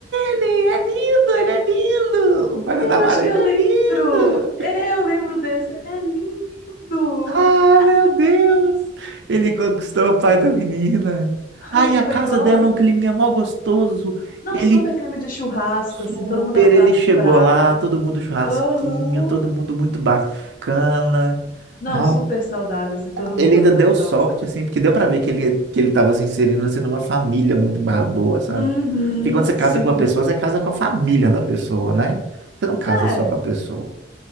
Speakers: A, on the right; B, on the left.
A: ele, é lindo, ele é lindo. O pai
B: Eu
A: da Tamara,
B: acho que
A: ele
B: eu
A: é
B: lembro.
A: lindo.
B: É, Eu lembro desse. Ele é lindo.
A: Ah,
B: <laughs>
A: meu Deus! Ele conquistou o pai da menina. Ah,
B: Ai,
A: e a
B: foi
A: casa
B: igual.
A: dela, é um clima mal gostoso.
B: Não,
A: Ele,
B: super clima de churrasco,
A: super,
B: assim, todo mundo alto
A: ele
B: astral.
A: chegou lá, todo mundo churrasquinho,
B: Aham.
A: todo mundo muito bacana.
B: Não,
A: Ah,
B: super saudável, assim, todo
A: ele
B: mundo
A: ainda
B: alto
A: deu
B: astralzão.
A: sorte, assim, porque deu pra ver que ele, que ele tava se inserindo, assim, numa família muito ba- boa, sabe?
B: Uhum,
A: Porque quando você casa
B: sim.
A: com uma pessoa, você casa com a família da pessoa, né? Você não casa
B: É,
A: só com a pessoa.